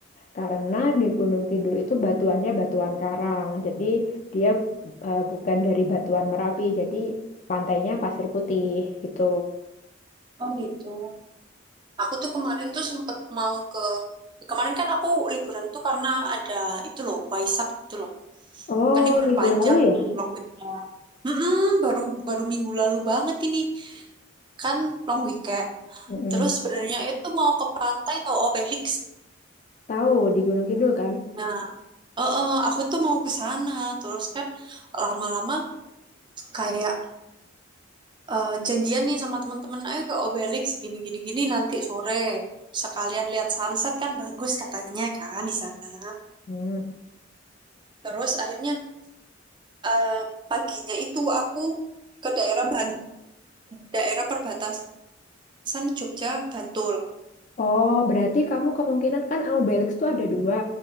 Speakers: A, on the left; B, on the right.
A: Karena di Gunung Kidul itu batuannya batuan karang. Jadi dia eh, bukan dari Batuan Merapi. Jadi pantainya Pasir Putih gitu.
B: Oh gitu. Aku tuh kemarin tuh sempet mau ke kemarin kan aku liburan tuh karena ada itu loh Waisak itu loh.
A: Oh,
B: Kan libur
A: minggu
B: panjang
A: lalu ya?
B: nih long weekend. Hmm, baru baru minggu lalu banget ini kan long weekend.
A: Mm-mm.
B: Terus sebenarnya itu mau ke pantai tau Obelix
A: Tahu di Gunung Kidul kan?
B: Nah, eh, eh, aku tuh mau ke sana, terus kan lama-lama kayak eh, janjian nih sama teman-teman, ayo ke Obelix gini gini gini nanti sore sekalian lihat sunset kan bagus katanya kan di sana.
A: Hmm.
B: Terus akhirnya eh, paginya itu aku ke daerah Ban daerah perbatasan Jogja Bantul.
A: Oh, berarti kamu kemungkinan kan Obelix tuh ada dua,